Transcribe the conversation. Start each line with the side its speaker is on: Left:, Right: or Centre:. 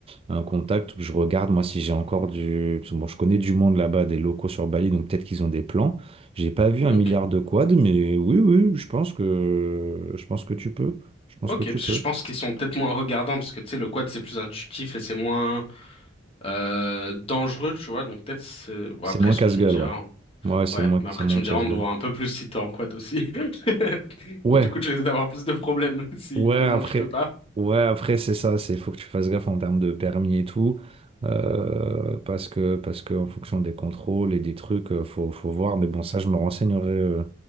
Right: un contact. Je regarde moi si j'ai encore du. parce que Bon, je connais du monde là-bas, des locaux sur Bali, donc peut-être qu'ils ont des plans. J'ai pas vu
Left: Ok.
Right: un milliard de quads, mais oui, oui, je pense que, je pense que tu peux. Je pense
Left: Ok,
Right: que tu
Left: parce
Right: peux.
Left: que je pense qu'ils sont peut-être moins regardants, parce que tu sais, le quad c'est plus intuitif et c'est moins euh, dangereux, tu vois. Donc peut-être c'est- bon,
Right: C'est
Left: après
Right: moins
Left: si
Right: casse-gueule,
Left: tu me diras.
Right: ouais.
Left: hein.
Right: Ouais, c'est
Left: Ouais,
Right: moins,
Left: mais après
Right: c'est moins
Left: tu me diras,
Right: casse-gueule.
Left: on te voit un peu plus si t'es en quad aussi. <laughs>
Right: Ouais,
Left: Du coup, tu risques d'avoir plus de problèmes <laughs> si
Right: Ouais,
Left: vraiment
Right: après,
Left: tu peux pas.
Right: ouais, après c'est ça, c'est faut que tu fasses gaffe en termes de permis et tout, euh, parce que parce que en fonction des contrôles et des trucs, euh, faut faut voir. Mais bon, ça, je me renseignerai, euh,